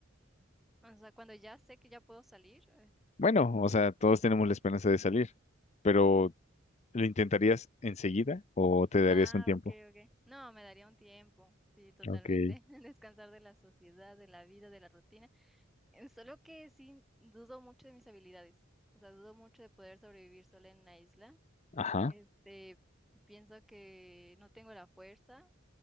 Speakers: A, in the centre; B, on the left (about 35°).
A: O sea, cuando ya sé que ya puedo salir. eh,
B: Bueno, o sea, todos tenemos la esperanza de salir, pero ¿Lo intentarías enseguida o te darías
A: Ah,
B: un tiempo?
A: ok, ok. No, me daría un tiempo, sí, totalmente.
B: Ok.
A: <laughs> Descansar de la sociedad, de la vida, de la rutina. En Solo que sí, dudo mucho de mis habilidades. O sea, dudo mucho de poder sobrevivir sola en la isla.
B: Ajá.
A: Este, pienso que no tengo la fuerza,